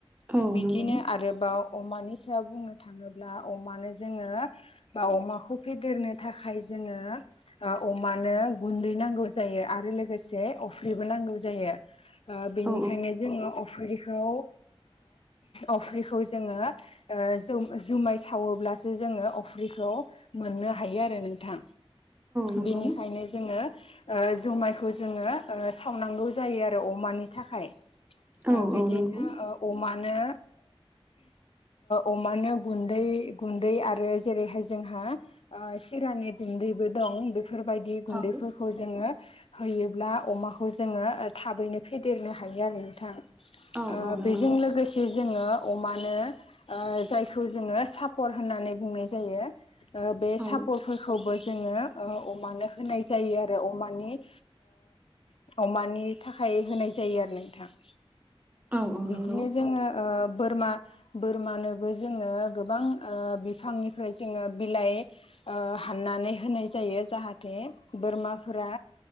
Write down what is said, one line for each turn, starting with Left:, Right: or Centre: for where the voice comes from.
Right: औ
Left: बिदिनो
Right: नंगौ
Left: आरोबाव अमानि सायाव बुंनो थाङोब्ला अमानो जोङो बा अमाखौ फेदेरनो थाखाय जोङो अमानो गुन्दै नांगौ जायो आरो लोगोसे अफ्रिबो नांगौ जायो। बेनिखायनो
Right: औ
Left: जोङो अफ्रिखौ अफ्रिखौ जोङो जुमाय सावोब्लासो जोङो अफ्रिखौ मोननो हायो आरो नोंथां
Right: नंगौ
Left: बेनिखायनो जोङो जुमायखौ जोङो सावनांगौ जायो आरो अमानि थाखाय
Right: औ
Left: बिदिनो
Right: नंगौ औ नंगौ
Left: अमानो अमानो गुन्दै गुन्दै आरो जेरैहाय जोंहा सिरानि दुन्दैबो दं बेफोरबायदि गुन्दैफोरखौ
Right: औ
Left: जोङो होयोब्ला अमाखौ जोङो थाबैनो फेदेरनो हायो आरो नोंथां।
Right: औ औ नंगौ
Left: बेजों लोगोसे जे जोङो अमानो जायखौ जोङो सापर् होननानै बुंनाय जायो। ओ बे सापरफोरखौबो
Right: औ
Left: जोङो अमानो होनाय जायो आरो अमानि अमानि थाखाय होनाय जायो आरो ना नोंथां।
Right: <inaudible>
Left: बिदिनो
Right: नंगौ
Left: जोङो बोरमा बोरमानोबो जोङो गोबां बिफांनिफ्राय जोङो बिलाइ हाननानै होनाय जायो जाहाथे बोरमाफोरा